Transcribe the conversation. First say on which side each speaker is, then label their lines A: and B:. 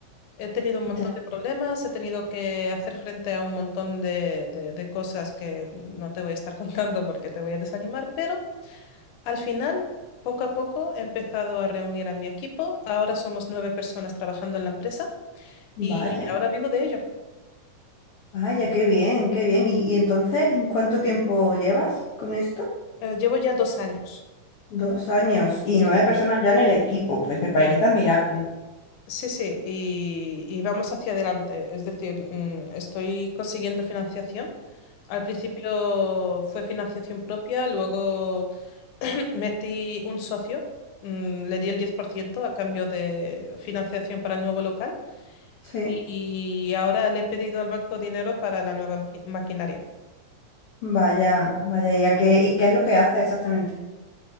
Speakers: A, on the left; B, on the left.
A: He tenido un
B: Ya.
A: montón de problemas, he tenido que hacer frente a un montón de, de de cosas que no te voy a estar <laughs> contando porque te voy a desanimar, pero... Al final, poco a poco he empezado a reunir a mi equipo. Ahora somos nueve personas trabajando en la empresa y
B: Vaya,
A: ahora vivo de ello.
B: vaya, qué bien, qué bien. ¿Y, y entonces cuánto tiempo llevas con esto?
A: Eh, llevo ya dos años.
B: Dos años y
A: Sí,
B: nueve personas ya en el equipo, pues me parece
A: sí,
B: admirable.
A: sí, sí, y, y vamos hacia adelante. Es decir, mm, estoy consiguiendo financiación. Al principio fue financiación propia, luego <clears throat> metí un socio, mm, le di el 10% a cambio de financiación para el nuevo local.
B: Sí,
A: y ahora le he pedido al banco dinero para la nueva maqui- maquinaria.
B: vaya, vaya, ¿y, a qué, y qué es lo que hace exactamente?